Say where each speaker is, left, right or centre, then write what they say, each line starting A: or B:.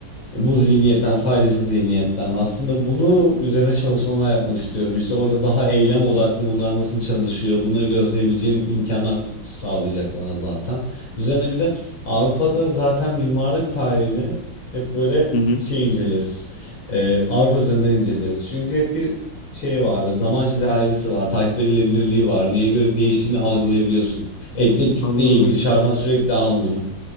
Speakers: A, on the left; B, on the left.
A: Bu zihniyetten, faydacı zihniyetten. Aslında bunu üzerine çalışmalar yapmak istiyorum. İşte orada daha eylem odaklı bunlar nasıl çalışıyor, bunları gözleyebileceğim imkanlar sağlayacak bana zaten. Üzerine bir de Avrupa'da zaten mimarlık tarihini hep böyle
B: Hı hı.
A: şey inceleriz. Ee, Avrupa üzerinden inceleriz. Çünkü hep bir şey vardır, zaman çizelgesi var, takip edilebilirliği var. Neye göre değiştiğini algılayabiliyorsun. Eklektik
B: Anladım.
A: değil, dışarıdan sürekli almıyor.